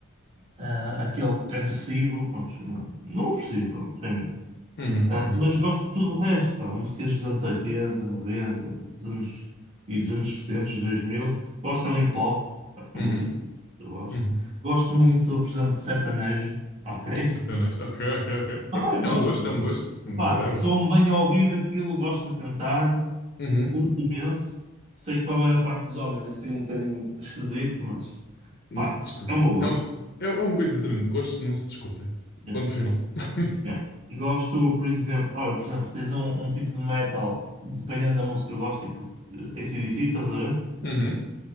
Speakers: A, on the right; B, on the left.
A: ah, aquele agressivo, pronto, não, não aprecio, pronto, é mesmo.
B: uhum,
A: Ah,
B: uhum,
A: mas gosto de tudo o resto, pá, músicas dos anos 80, 90, dos anos, e dos anos recentes, 2000. Gosto também de pop, pá, não
B: uhum,
A: vou dizer que eu gosto.
B: uhum.
A: Gosto muito, por exemplo, de sertanejo, ok?
B: Satanás. Ok, ok, ok. Pronto.
A: Ah, pá, eu
B: É
A: gosto.
B: um gosto, é um gosto. Whatever.
A: Pá, sou um bem ouvido aquilo, gosto de cantar,
B: Uhum.
A: curto imenso. Sei que para a maior parte dos homens é ser um bocadinho esquisito, mas
B: Não,
A: pá,
B: esquisito.
A: é o meu gosto.
B: É um, é, é um gosto, exatamente. Gostos não se discutem.
A: É,
B: Ponto final. <laughs>
A: é. Gosto, por exemplo, olha, por exemplo, tens um, um tipo de metal, dependendo da música, eu gosto, tipo eh, AC/DC, estás a ver?
B: Uhum,